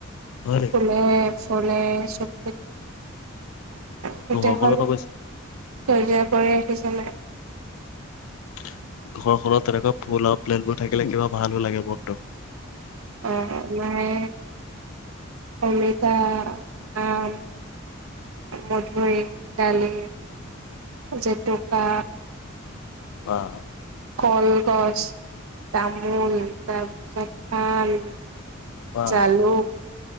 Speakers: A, on the left; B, on the right.
A: হয় নেকি
B: ফুলে ফলে চব। <unintelligible> গোটেইখন
A: ঘৰখনত অৱশ্যে
B: সেউজীয়া কৰি আহিছে নে
A: ঘৰখনত তেনেকুৱা ফুল আৰু প্লেণ্টবোৰ থাকিলে কিবা ভালো লাগে। মনটো
B: অ' অ' মানে অমিতা, আম মধুুৰী, ডালিম জেতুকা
A: আহ
B: কলগছ, তামোল তাৰপিছত পান
A: বা
B: জালুক